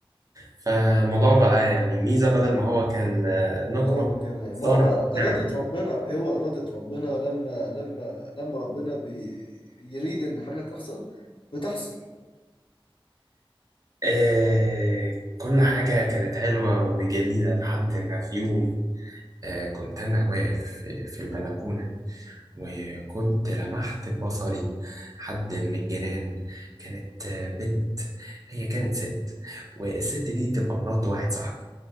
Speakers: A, on the right; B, on the left.
A: فالموضوع بقى يعني ميزه بدل ما هو كان آه، نقمه
B: بدل ما كان هي-
A: صار
B: ما هو
A: نعمه
B: إرادة ربنا هو إرادة ربنا لما لما لما ربنا بيريد إن حاجة تحصل بتحصل
A: آه كل حاجة كانت حلوة وجميلة لحد ما في يوم آه كنت أنا واقف في في البلكونة وكنت لمحت ببصري حد من الجيران كانت آه، بنت هي كانت ست والست دي تبقى مرات واحد صاحبي